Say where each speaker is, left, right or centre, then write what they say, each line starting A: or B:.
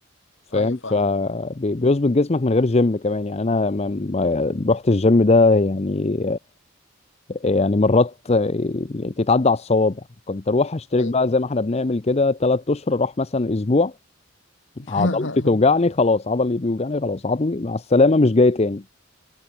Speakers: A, on the left; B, on the left.
A: فاهم
B: أيوة فاهم
A: فبيظبط جسمك من غير جيم كمان يعني انا ما ما رحت الجيم ده يعني يعني مرات تتعدى على الصوابع كنت اروح اشترك
B: أيوة
A: بقى زي ما احنا بنعمل كده ثلاث اشهر اروح مثلا اسبوع
B: <laughs>
A: عضلتي توجعني خلاص عضلي بيوجعني خلاص عضلي مع السلامه مش جاي تاني